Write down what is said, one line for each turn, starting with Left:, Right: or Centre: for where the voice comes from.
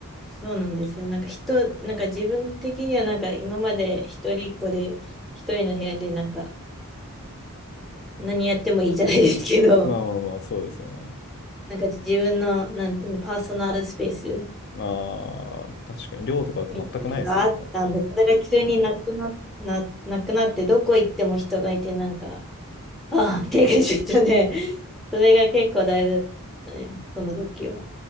Centre: そうなんですよ。なんか人、なんか自分的にはなんか今まで一人っ子で一人の部屋でなんか何やってもいいじゃないですけど、
Left: まあまあまあ、そうですよね。
Centre: なんか自分の、なんていうの、パーソナルスペース
Left: まあ、確かに寮とかだと全くないですもんね。
Centre: みたいなのがあったんで、それが急になくな、な、なくなって、どこ行っても人がいて、なんか、ああ、みたいな感じでしたね。<laughs> それが結構だいぶ、ね、その時は。